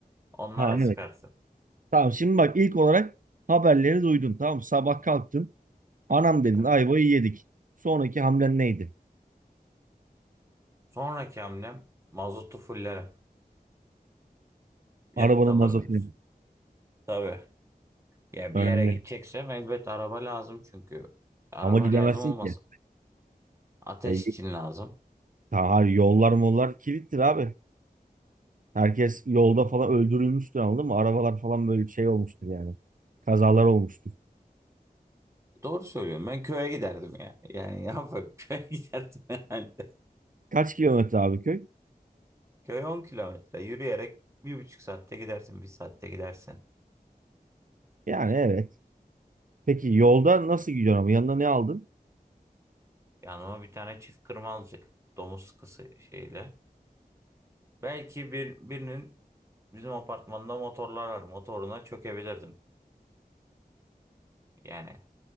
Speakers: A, on the right; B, on the right.
A: Onlara
B: Ha
A: sıkarsın.
B: evet. Tamam şimdi bak ilk olarak haberleri duydun. Tamam mı? sabah kalktın. Anam dedin
A: Evet.
B: ayvayı yedik. Sonraki hamlen neydi?
A: Sonraki hamlem mazotu fullerim. Yakıt
B: Arabanın
A: alırdım.
B: mazotunu.
A: Tabii. Ya
B: Önemli.
A: bir yere gideceksem elbet araba lazım çünkü. Araba
B: Ama gidemezsin
A: lazım olmasın.
B: ki.
A: Ateş
B: Yani
A: için lazım.
B: Ha, hayır, yollar mollar kilittir abi. Herkes yolda falan öldürülmüştür anladın mı? Arabalar falan böyle şey olmuştur yani. Kazalar olmuştur.
A: Doğru söylüyorum. Ben köye giderdim ya. Yani ne yapayım? <laughs> Köye giderdim herhalde.
B: Kaç kilometre abi köy?
A: Köy 10 kilometre. Yürüyerek bir buçuk saatte gidersin. Bir saatte gidersin.
B: Yani evet. Peki yolda nasıl gidiyorsun ama yanına ne aldın?
A: Yanıma bir tane çift kırma alacak. Domuz sıkısı şeyle. Belki bir, birinin bizim apartmanda motorlar var. Motoruna çökebilirdim. Yani